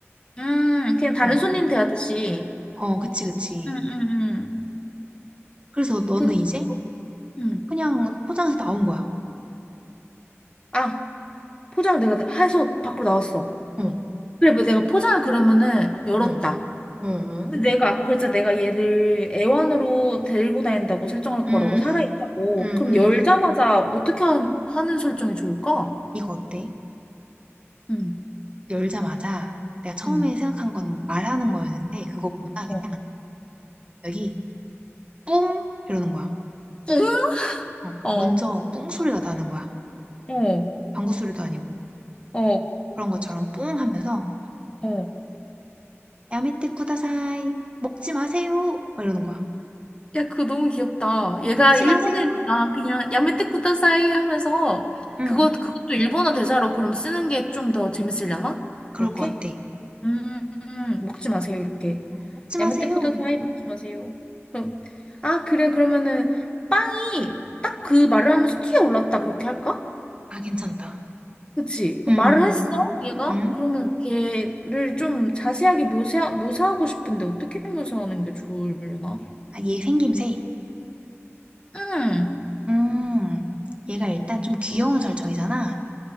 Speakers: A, on the left; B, on the right.
A: 음, 그냥 다른
B: 어.
A: 손님 대하듯이.
B: 어, 그치, 그치.
A: 음, 음, 음.
B: 그래서 너는
A: 그,
B: 이제
A: 음.
B: 그냥 포장해서 나온 거야.
A: 아, 포장을 내가 다 해서 밖으로 나왔어.
B: 어,
A: 그래, 뭐 내가 포장을 그러면은 열었다.
B: 어, 어, 어.
A: 근데 내가 아까 그랬잖아. 내가 얘를 애완으로 데리고 다닌다고 설정할
B: 음,
A: 거라고, 살아있다고.
B: 음,
A: 그럼
B: 음.
A: 열자마자 어떻게 한- 하는 설정이 좋을까?
B: 이거 어때?
A: 응,
B: 열자마자 내가 처음에
A: 응,
B: 생각한 건 말하는 거였는데 그것보다 그냥
A: 어.
B: 여기 뿡 이러는 거야.
A: <laughs>
B: 어,
A: 어,
B: 먼저 뿡 소리가 나는 거야.
A: 어,
B: 방구 소리도 아니고
A: 어,
B: 그런 것처럼 뿡 하면서
A: 어.
B: 야메테 쿠다사이 먹지 마세요 막 이러는 거야.
A: 야, 그거 너무 귀엽다.
B: 어,
A: 얘가
B: 먹지
A: 일본애니까
B: 마세요.
A: 그냥 야메테쿠타 사이 하면서
B: 응,
A: 그거, 그것도 일본어 대사로 그럼 쓰는 게 좀 더 재밌으려나?
B: 그럴
A: 그렇게?
B: 것 같아.
A: 음, 음, 먹지 마세요, 이렇게.
B: 먹지 마세요.
A: 야메테쿠다 사이 먹지 마세요. 그럼, 아, 그래, 그러면은, 빵이 딱 그 말을 하면서 튀어올랐다, 그렇게 할까?
B: 아, 괜찮다.
A: 그치? 그
B: 음,
A: 말을
B: 음,
A: 했어, 얘가?
B: 음.
A: 그러면 걔를 좀 자세하게 묘사, 묘사하고 싶은데, 어떻게 묘사하는 게 좋으려나?
B: 아, 얘 생김새.
A: 음,
B: 음, 얘가 일단 좀 귀여운 설정이잖아.